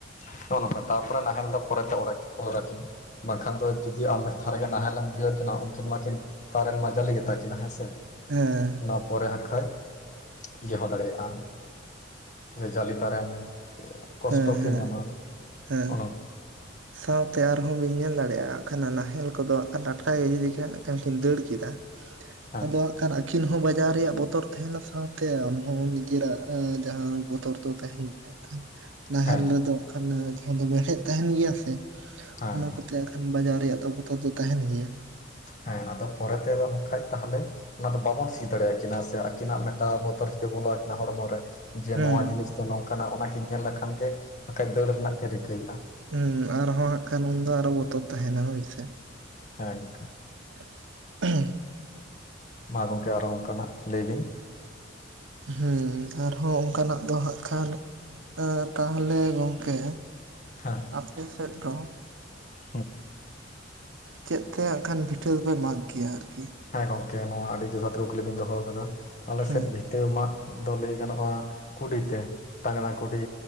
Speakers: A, on the left; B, on the right.
A: ᱱᱚᱜᱼᱚ ᱱᱚᱝᱠᱟ ᱛᱟᱯᱚᱨᱮ ᱱᱟᱦᱮᱞ ᱫᱚ ᱯᱚᱨᱮᱛᱮ ᱚᱲᱟᱭ, ᱚᱨᱟᱠᱤᱱ ᱵᱟᱝᱠᱷᱟᱱ ᱫᱚ ᱡᱩᱫᱤ ᱟᱢ ᱢᱤᱫ ᱫᱷᱟᱣ ᱨᱮᱜᱮ ᱱᱟᱦᱮᱞ ᱞᱮᱢ ᱤᱭᱤᱹᱣᱟ ᱠᱤᱱᱟ ᱩᱱᱠᱤᱱ ᱢᱟᱠᱤᱱ ᱛᱟᱨᱮᱱ ᱢᱟ ᱡᱟᱞᱤ ᱜᱮᱛᱟ ᱠᱤᱱᱟᱹ ᱦᱮᱸᱥᱮ
B: ᱦᱮᱸ
A: ᱚᱱᱟ ᱯᱚᱨᱮ ᱦᱟᱸᱠᱷᱟᱡ ᱤᱭᱟᱹ ᱦᱚᱸ ᱫᱟᱲᱮᱭᱟᱜᱼᱟ᱾ ᱡᱮ ᱡᱟᱹᱞᱤ ᱛᱟᱨᱮᱱ ᱠᱚᱥᱴᱚ
B: ᱦᱮᱸ
A: ᱠᱤᱱ
B: ᱦᱮᱸ
A: ᱧᱟᱢᱟ
B: ᱦᱮᱸ
A: ᱚᱱᱮ ᱚᱝᱠᱟ᱾
B: ᱥᱟᱶᱛᱮ ᱟᱨᱦᱚᱸ ᱵᱤᱱ ᱧᱮᱞ ᱫᱟᱲᱮᱜᱼᱟ ᱟᱜᱠᱷᱟᱱᱟ ᱱᱟᱦᱮᱞ ᱠᱚᱫᱚ ᱠᱟ ᱴᱟᱴᱠᱟ ᱜᱮ ᱡᱩᱫᱤ ᱠᱷᱮ ᱠᱷᱮᱱ ᱠᱤᱱ ᱫᱟᱹᱲ ᱠᱮᱫᱟ,
A: ᱦᱮᱸ
B: ᱟᱫᱚ ᱦᱟᱸᱜ ᱠᱷᱟᱱ ᱟᱹᱠᱷᱤᱱ ᱦᱚᱸ ᱵᱟᱡᱟᱣ ᱨᱮᱭᱟᱜ ᱵᱚᱛᱚᱨ ᱛᱟᱸᱦᱮᱱᱟ ᱥᱟᱶᱛᱮ ᱟᱢᱦᱚᱸ ᱱᱤᱡᱮᱨᱟᱜ ᱮᱸ ᱡᱟᱦᱟᱸ ᱵᱚᱛᱚᱨ ᱫᱚ ᱛᱟᱸᱦᱮᱱ ᱜᱮᱭᱟ ᱱᱟᱦᱮᱞ
A: ᱦᱮᱸ
B: ᱨᱮᱫᱚ ᱠᱷᱚᱱ ᱡᱟᱦᱟᱸ ᱫᱚ ᱢᱮᱲᱦᱮᱫ ᱛᱟᱸᱦᱮᱱ ᱜᱮᱭᱟ ᱥᱮ,
A: ᱦᱮᱸ
B: ᱚᱱᱟ ᱠᱚᱛᱮ ᱟᱜᱠᱷᱟᱱ ᱵᱟᱡᱟᱣ ᱨᱮᱭᱟᱜ ᱫᱚ ᱵᱚᱛᱚ ᱫᱚ ᱛᱟᱸᱦᱮᱱ ᱜᱮᱭᱟ ᱾
A: ᱦᱮᱸ ᱟᱫᱚ ᱯᱚᱨᱮ ᱛᱮᱫ ᱠᱷᱟᱡ ᱛᱟᱦᱞᱮ ᱚᱱᱟ ᱫᱚ ᱵᱟᱵᱚᱱ ᱥᱤ ᱫᱟᱲᱮᱭᱟᱠᱤᱱᱟ ᱥᱮ, ᱛᱤᱱᱟᱜ ᱢᱮᱜᱴᱟᱣ ᱵᱚᱛᱚᱨ ᱡᱩᱫᱤ ᱵᱚᱞᱚ ᱟᱹᱠᱤᱱᱟ ᱦᱚᱲᱢᱚ ᱨᱮ, ᱡᱮ
B: ᱦᱩᱸ
A: ᱱᱚᱣᱟ ᱡᱤᱱᱤᱥ ᱛᱚ ᱱᱚᱝᱠᱟᱱᱟᱜ ᱚᱱᱟ ᱠᱤᱱ ᱧᱮᱞ ᱞᱮᱠᱷᱟᱱ ᱜᱮ ᱵᱟᱠᱷᱟᱡ ᱫᱟᱹᱲ ᱨᱮᱱᱟᱜ ᱜᱮ ᱨᱤᱠᱟᱹᱭᱮᱜᱼᱟ ᱾
B: ᱩᱸ ᱟᱨᱦᱚᱸ ᱦᱟᱸᱜ ᱠᱷᱟᱱ ᱩᱱᱫᱚ ᱟᱨᱚ ᱵᱚᱛᱚᱨ ᱛᱟᱸᱦᱮᱱᱟ ᱦᱳᱭᱥᱮ ᱾
A: ᱦᱮᱸ ᱜᱚᱝᱠᱮ᱾
B: <unintelligible>
A: ᱢᱟ ᱜᱚᱝᱠᱮ ᱟᱨᱚ ᱚᱱᱠᱟ ᱱᱟᱜ ᱞᱟᱹᱭ ᱵᱤᱱ ᱾
B: ᱦᱩᱸ ᱟᱨᱦᱚᱸ ᱚᱱᱠᱟᱱᱟᱜ ᱫᱚ ᱦᱟᱸᱜ ᱠᱷᱟᱱ ᱮ ᱛᱟᱦᱞᱮ ᱜᱚᱝᱠᱮ
A: ᱦᱮᱸ
B: ᱟᱯᱮ ᱥᱮᱫ ᱫᱚ <inaudible>
A: <inaudible>
B: ᱪᱮᱫ ᱛᱮ ᱟᱜ ᱠᱷᱟᱱ ᱯᱤᱴᱷᱟᱹᱣ ᱯᱮ ᱢᱟᱜᱽ ᱜᱤᱭᱟ ᱟᱨᱠᱤ?
A: ᱦᱮᱸ ᱜᱚᱝᱠᱮ ᱱᱚᱣᱟ ᱟᱹᱰᱤ ᱡᱚᱛᱷᱟᱛ ᱠᱩᱠᱞᱤ ᱵᱤᱱ ᱫᱚᱦᱚ ᱟᱠᱟᱫᱟ ᱟᱞᱮ
B: ᱦᱩᱸ
A: ᱥᱮᱫ ᱵᱷᱤ ᱫᱟᱹᱣ ᱢᱟᱜ ᱫᱚ ᱞᱟᱹᱭ ᱜᱟᱱᱚᱜᱼᱟ᱾ ᱠᱩᱰᱤᱛᱮ ᱛᱟᱝᱜᱽᱱᱟ ᱠᱩᱰᱤ